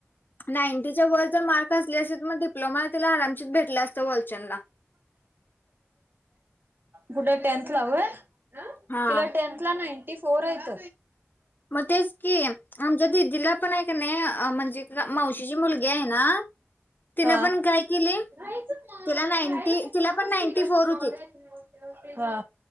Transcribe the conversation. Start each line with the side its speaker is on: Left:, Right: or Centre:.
Left: नाईंटीच्या व जर मार्क असले असेल तर मग डिप्लोमा तुला आरामशी भेटलं असत वालचंदला
Right: कुठं टेनथ ला हय
Left: हा
Right: तिला टेंथ ला नांटी पोर येत
Left: मग तेच की आमच्या दीदीला पण आहे का नाही म्हणजे मावशीची मुलगी आहे ना तिन
Right: हा.
Left: पण काय केली
Right: राहायचं मग
Left: तिला नैटी
Right: राहायला काही
Left: फोर तिला
Right: कामच
Left: पण नैटी
Right: दिलं असते
Left: फोर होत
Right: कॉलेज हा.